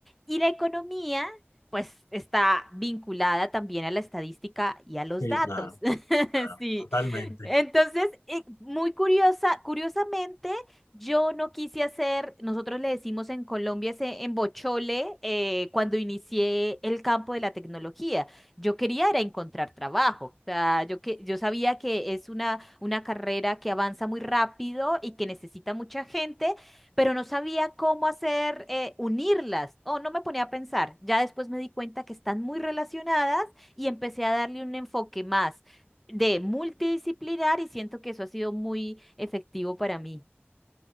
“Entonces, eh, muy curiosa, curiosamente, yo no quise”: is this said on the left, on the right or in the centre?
Centre